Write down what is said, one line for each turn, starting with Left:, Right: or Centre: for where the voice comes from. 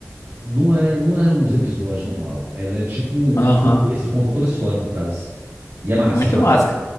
Right: Não é, não é uns episódios normal. Ela é tipo um
Left: Aham,
Right: filme extra contando toda essa história por trás. E é massa,
Left: muito
Right: massa.
Left: massa.